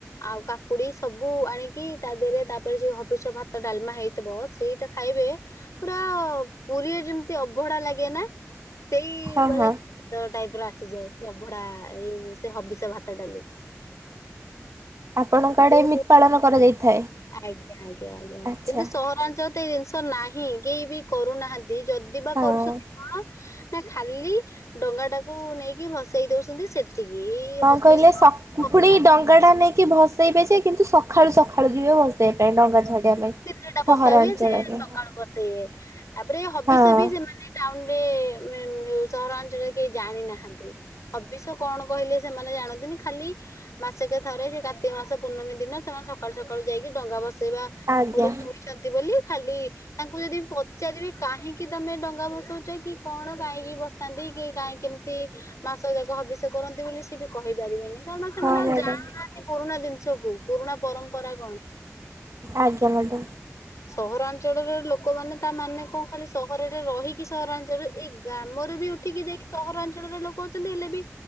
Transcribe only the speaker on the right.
ହଁ
ହଁ
ଆପଣଙ୍କ
ଆଡେ ଏମିତି ପାଳନ କରାଯାଇଥାଏ?
ଆଚ୍ଛା
ହଁ
କଣ
କହିଲେ ସ
ପୁଣି ଡଙ୍ଗା ଟା ନେଇକି ଭସେଇବେ ଯେ କିନ୍ତୁ ସଖାଳୁ ସଖାଳୁ ସଖାଳୁ ଯିବ ଭସେଇବା ପାଇଁ ଡଙ୍ଗା ଛାଡିବା ପାଇଁ।
ସହରାଞ୍ଚଳରେ
ହଁ
ଆଜ୍ଞା
ହଁ
ମ୍ୟାଡ଼ାମ୍
ଆଜ୍ଞା ମ୍ୟାଡ଼ାମ।